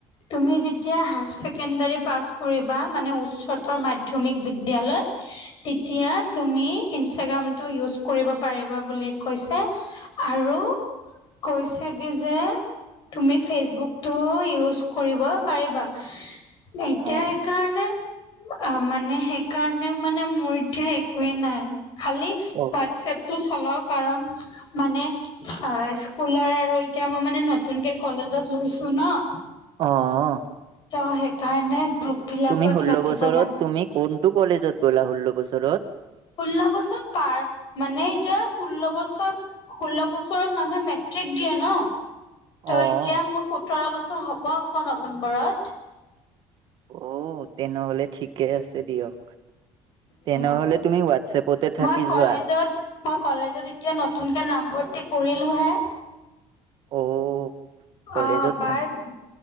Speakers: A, on the left; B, on the right.
A: তুমি যেতিয়া হায়াৰ ছেকেণ্ডাৰী পাছ কৰিবা মানে উচ্চতৰ মা মাধ্যমিক বিদ্যালয় তেতিয়া তুমি ইনষ্টাগ্ৰামটো ইউজ কৰিব পাৰিবা বুলি কৈছে আৰু কৈছে কি যে তুমি ফেচবুকটোও ইউজ কৰিব পাৰিবা। এতিয়া
B: অ'
A: সেইকাৰণে আ মানে সেইকাৰণে মানে মোৰ এতিয়া একোৱেই নাই। খালি
B: অ।
A: হোৱাটছএপটো চলাওঁ কাৰণ মানে আ পুলাৰ আৰু এতিয়া মই মানে নতুনকে কলেজত লৈছো ন।
B: অ, অ।
A: ত সেইকাৰণে গ্ৰুপ বিলাকত
B: তুমি ষোল্ল
A: লাগিব
B: বছৰত
A: মানে
B: তুমি কোনটো কলেজত গ'লা? ষোল্ল বছৰত?
A: ষোল্ল বছৰ পাৰ মানে এতিয়া ষোল্ল বছৰ ষোল্ল বছৰত মানুহে মেট্ৰিক দিয়ে ন। ত
B: অ'।
A: এতিয়া মোৰ সোতৰ বছৰ হ'ব আক' নভেম্বৰত।
B: অও তেনেহ'লে ঠিকে আছে দিয়ক। তেনেহলে
A: উম
B: তুমি ৱাটছএপতে থাকি
A: মই কলেজত
B: যোৱা।
A: মই কলেজত এতিয়া নতুনকে নামভৰ্তি কৰিলোহে।
B: অ' কলেজত
A: অ বাৰ
B: থা